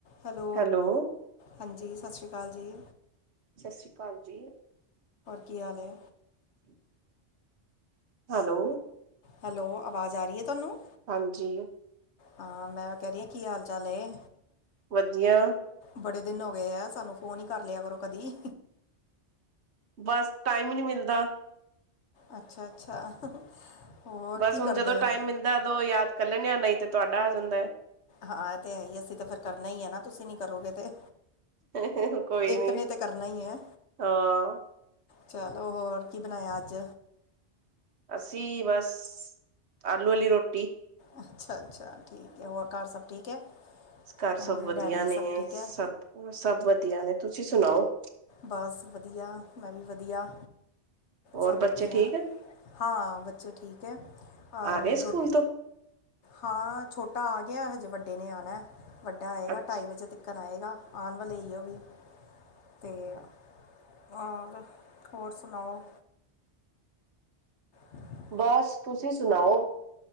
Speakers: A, on the left; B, on the right.
A: ਹੈਲੋ
B: ਹੈਲੋ
A: ਹਾਂਜੀ ਸਤਿ ਸ਼੍ਰੀ ਅਕਾਲ ਜੀ
B: ਸਤਿ ਸ੍ਰੀ ਅਕਾਲ ਜੀ
A: ਕੀ ਹਾਲ ਏ
B: ਠੀਕ ਹੈਲੋ
A: ਹੈਲੋ ਆਵਾਜ਼ ਆ ਰਹੀ ਏ ਤੁਹਾਨੂੰ
B: ਹਾਂਜੀ
A: ਹਾਂ ਮੈਂ ਕਹਿ ਰਹੀ ਹਾਂ ਕੀ ਹਾਲ ਚਾਲ ਏ
B: ਵਧੀਆ
A: ਬੜੇ ਦਿਨ ਹੋ ਗਏ ਏ ਸਾਨੂੰ ਫੋਨ ਹੀ ਕਰ ਲਿਆ ਕਰੋ ਕਦੀ
B: ਬਸ, ਟਾਈਮ ਹੀ ਨਹੀ ਮਿਲਦਾ
A: ਅੱਛਾ- ਅੱਛਾ ਹੋਰ
B: ਬਸ
A: ਕੀ
B: ਹੁਣ
A: ਕਰਦੇ
B: ਜਦੋਂ
A: ਹੋ
B: ਟਾਈਮ ਮਿਲਦਾ ਉਦੋਂ ਯਾਦ ਲੈਂਨ ਆ ਤੇ ਤੁਹਾਡਾ ਆ ਜਾਂਦਾ ਹੈ
A: ਹਾਂ ਇਹ ਤਾਂ ਹੈ ਹੀ ਅਸੀਂ ਤਾਂ ਫਿਰ ਕਰਨਾ ਹੀ ਹੈ ਨਾ ਤੁਸੀਂ ਨਹੀਂ ਕਰੋਗੇ ਤੇ
B: ਹੈ ਕੋਈ
A: ਇੱਕ
B: ਨੀ।
A: ਨੇ ਤਾਂ ਕਰਨਾ ਈ ਏ
B: ਹਾਂ
A: ਚਲੋ ਹੋਰ ਕੀ ਬਣਾਇਆ ਅੱਜ
B: ਅਸੀਂ ਬਸ, ਆਲੂ ਵਾਲੀ ਰੋਟੀ
A: ਅੱਛਾ- ਅੱਛਾ ਠੀਕ ਏ, ਹੋਰ ਘਰ ਸਭ ਠੀਕ ਹੈ
B: ਘਰ
A: ਮੰਮੀ
B: ਸਭ ਵਧੀਆ
A: ਡੈਡੀ
B: ਨੇ,
A: ਠੀਕ
B: ਸਭ
A: ਹੈ
B: -ਸਭ ਵਧੀਆ ਨੇ ਤੁਸੀਂ ਸੁਣਾਓ
A: ਬਸ ਵਧੀਆ, ਮੈਂ ਵੀ ਵਧੀਆ,
B: ਹੋਰ
A: ਸਭ
B: ਬੱਚੇ
A: ਵਧੀਆ
B: ਠੀਕ
A: ਹਾਂ ਬੱਚੇ ਠੀਕ ਹੈ ਅਹ,
B: ਆ ਗਏ ਸਕੂਲ
A: ਰੋ
B: ਤੋਂ
A: ਹਾਂ, ਛੋਟਾ ਆ ਗਿਆ ਹਜੇ ਵੱਡੇ ਨੇ ਆਨਾ ਵੱਡਾ ਆਏਗਾ
B: ਅੱਛਾ
A: ਢਾਈ ਵਜੇ ਤੱਕ ਆਏਗਾ, ਆਉਣ ਵਾਲਾ ਹੀ ਉਵੀ ਅਤੇ, ਹੋਰ- ਹੋਰ ਸੁਣਾਓ ਹਾਂ
B: ਬਸ ਤੁਸੀਂ ਸੁਣਾਓ